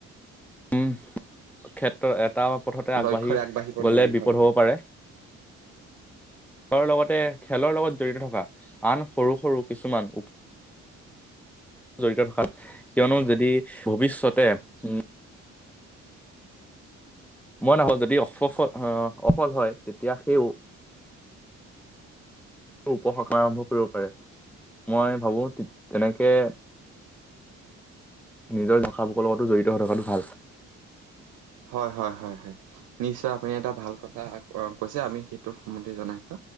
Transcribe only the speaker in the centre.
উম ক্ষেত্ৰত এটা পথতে আগবাঢ়ি
গ'লে
বিপদ
হ'ব পাৰে। ধৰ লগতে খেলৰ লগত জড়িত থকা আন সৰু সৰু কিছুমান উ জড়িত ৰখাত কিয়নো যদি ভৱিষ্যতে
উম মই নহ'ল যদি অসফল অহ অফল হয় তেতিয়া সেইও উপভাষা আৰম্ভ কৰিব পাৰে মই ভাবো তে তেনেকে নিজৰ ভাষাভোষৰ লগতো জড়িত হৈ থকাটো ভাল।